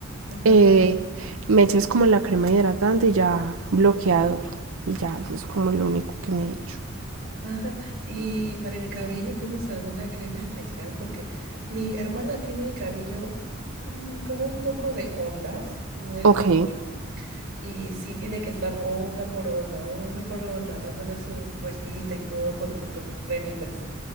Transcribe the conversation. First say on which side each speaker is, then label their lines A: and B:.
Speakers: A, on the right; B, on the right.
A: Ajá,
B: Eh, me echo es como la crema hidratante y ya bloqueador. Y ya, eso es como lo único que me he hecho.
A: ajá. Y para el cabello, ¿tienes alguna crema especial? Porque mi hermana tiene el cabello mm, con un poco de ondas, no es
B: Ok.
A: mucho, y sí tiene que estar onda por onda, onda por onda, dándole su vueltita y todo con, con cremitas.